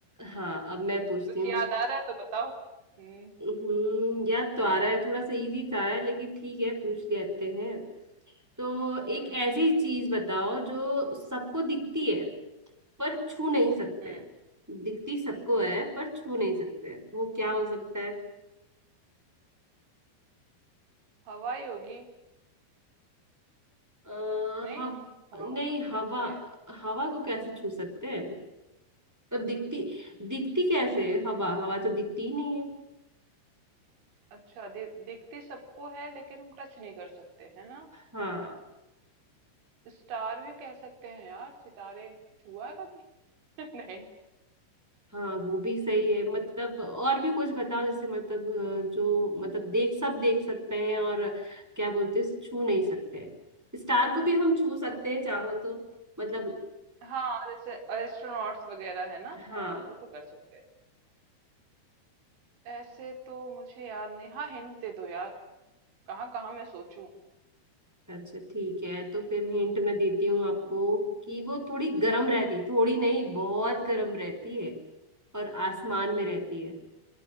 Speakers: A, in the centre; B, on the right.
A: हाँ अब मैं पूछती
B: कुछ
A: हूँ
B: याद आ रहा है तो बताओ हम्म
A: हम्म याद तो आ रहा है थोड़ा सा इजी था यार लेकिन ठीक है पूछ लेते हैं तो एक
B: हम्म
A: ऐसी चीज बताओ जो सबको दिखती है पर छू नहीं सकते
B: हम्म
A: हैं। दिखती सबको है पर छू नहीं सकते हैं, वो क्या हो सकता है
B: हवाई होगी
A: आ,
B: नहीं
A: हव,
B: हवा को
A: नहीं
B: कभी टच
A: हवा
B: किया है
A: हवा को कैसे छू सकते हैं तो दिखती दिखती कैसे है? हवा हवा तो दिखती ही नहीं है
B: अच्छा दि, दिखती सबको है लेकिन हम टच नहीं कर सकते है ना
A: हाँ
B: स्टार भी कह सकते हैं यार सितारे छुआ है कभी <laughs> नहीं
A: हाँ वो भी सही है मतलब और भी कुछ बताओ जैसे मतलब अ, जो मतलब देख सब देख सकते हैं और क्या बोलते हैं छू नहीं सकते हैं। स्टार को भी हम छू सकते हैं चाहो तो मतलब
B: हाँ जैसे एस्ट्रोनॉट्स वगैरह है ना
A: हाँ
B: हाँ वो तो कर सकते हैं ऐसे तो मुझे याद नहीं हाँ हिंट दे दो यार कहाँ कहाँ मैं सोचूं
A: अच्छा ठीक है तो फिर हिंट मैं देती हूँ आपको कि वो थोड़ी गर्म
B: हम्म
A: रहती थोड़ी नहीं बहुत गर्म रहती है और आसमान में रहती है